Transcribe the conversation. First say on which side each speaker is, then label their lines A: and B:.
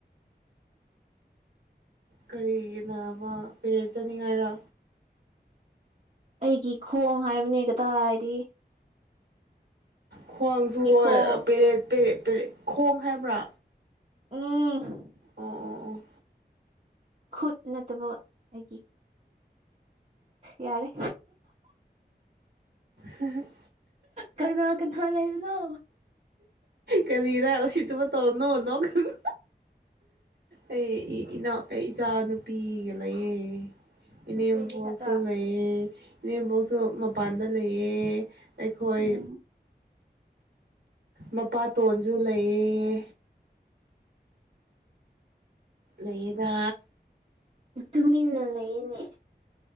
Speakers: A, on the right (about 80°); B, on the right (about 40°).
A: ꯀꯔꯤꯒꯤꯅꯕ ꯄꯦꯔꯦꯠ ꯆꯥꯅꯤꯡꯉꯥꯏꯔ
B: ꯑꯩꯒꯤ ꯈꯣꯡ ꯍꯥꯏꯕꯅꯦ ꯇꯥꯔꯦ
A: ꯈ꯭ꯋꯥꯡꯁꯨ ꯍꯣꯏ
B: ꯈꯣꯡ
A: ꯄꯦꯔꯦꯠ ꯄꯦꯔꯦ <unintelligible> ꯈꯣꯡ ꯍꯥꯏꯕ꯭ꯔꯥ
B: ꯢ
A: ꯑꯣ ꯑꯣ ꯑꯣ
B: ꯈꯨꯠ ꯅꯠꯇꯕ ꯑꯩꯒꯤ ꯌꯥꯔꯦ
A: ꯍꯝ
B: ꯀꯅꯥ ꯀꯅꯥ ꯂꯩꯕꯅꯣ
A: ꯀꯔꯤꯔ ꯎꯁꯤꯠꯇꯃ ꯇꯧꯔꯅꯣ ꯅ ꯀꯅꯣ ꯑꯩ ꯏꯅꯥꯎ ꯑꯩ ꯏꯆꯥ ꯅꯨꯄꯤꯒ ꯂꯩꯌꯦꯦ ꯏꯅꯦ
B: ꯅꯣꯏꯅꯤ ꯈꯛꯇ
A: ꯣꯛꯁ ꯂꯩꯌꯦ ꯏꯣꯁꯨ ꯃꯄꯥꯟꯗ ꯂꯩꯌꯦ ꯑꯩꯈꯣꯏ
B: ꯎꯝ
A: ꯃꯄꯥꯇꯣꯟꯁꯨ ꯂꯩꯌꯦ ꯂꯩꯗ
B: ꯇꯨꯃꯤꯟꯅꯂ ꯌꯦꯅꯦ